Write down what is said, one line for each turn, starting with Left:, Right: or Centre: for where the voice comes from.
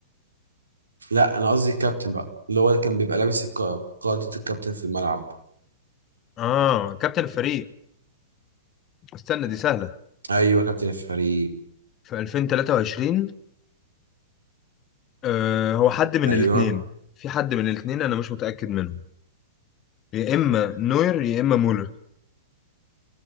Right: لا انا قصدي الكابتن بقى اللي هو اللي كان بيبقى لابس الك- قاعدة الكابتن في الملعب
Left: اه كابتن الفريق استنى دي سهله
Right: ايوه كابتن الفريق
Left: في 2023 آه هو حد من
Right: ايوه
Left: الاثنين في حد من الاثنين انا مش متاكد منه يا اما نوير يا اما مولر